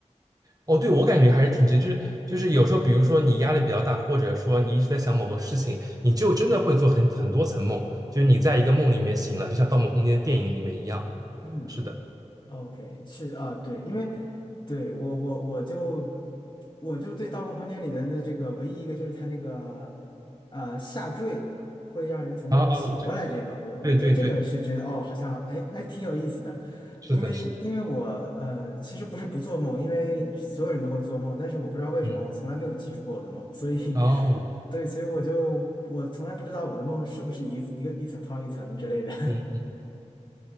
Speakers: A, on the right; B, on the left.
A: 哦，对，我感觉还是挺真，就是就是有时候，比如说你压力比较大，或者说你一直在想某个事情，你就真的会做很很多层梦，就是你在一个梦里面醒了，就像《盗梦空间》电影里面一样。
B: <laughs> 嗯
A: 是的，
B: OK，是啊，对，因为对我我我就我就对《盗梦空间》里面的这个唯一一个就是它那个呃下坠会让人从梦里醒过来，
A: 啊啊，对
B: 这个我我对这个是觉得哦，
A: 对对对，
B: 好像哎还挺有意思的，
A: 是的，
B: 因为因为我呃其实不是不做梦，
A: 是的，
B: 因为所有人都会做梦，但是我不知道为什么我从来没有记住过我的梦，
A: 嗯，
B: 所以
A: 哦，
B: <laughs> 对，所以我就我从来不知道我的梦是不是一一个一层套一层之类的，
A: 嗯